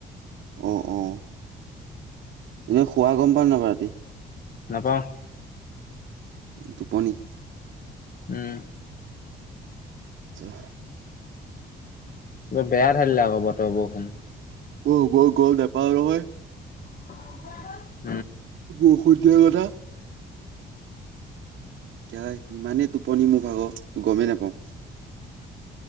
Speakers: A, on the right; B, on the left.
A: অ', অ'। এনেই শুৱা গম পাৱনে নাপাৱ ৰাতি?
B: নাপাওঁ।
A: টোপনি।
B: উম।
A: আচ্ছা।
B: বৰ বেয়া ধালিলে আকৌ বতৰ-বৰষুন।
A: অ', মই গম নেপাও নহয়।
B: <unintelligible>
A: বৰষুণ তোৰহে কথা। কিয়া ইমানে টোপনি মোৰ ভাগৰ, গমেই নোপাও।